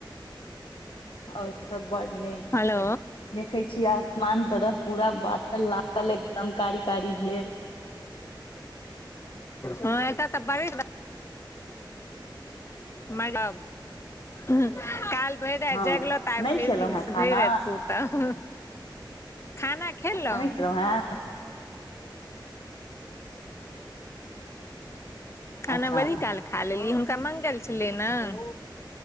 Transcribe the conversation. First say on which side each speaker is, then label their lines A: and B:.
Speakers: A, on the left (about 85°); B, on the left (about 35°).
A: और सभ बड़ नीक
B: हेलो
A: देखे छी देखै छी आसमान तरफ पूरा बदल लगल छै। ल एकदम कारी कारी भेल
B: हँ एत तऽ बड़ मादम काल भैर रात
A: हँ
B: जगलो तऽ आइ
A: नहि
B: भैइर
A: खेलहुँ
B: दिन
A: हेँ खाना
B: भैर रात सुतब हू खाना खेलऔ।
A: नहि खेलहुँ हेँ
B: खाना
A: अच्छा
B: बड़ी काल खा लेलिये हुनका मंगल छेले नऽ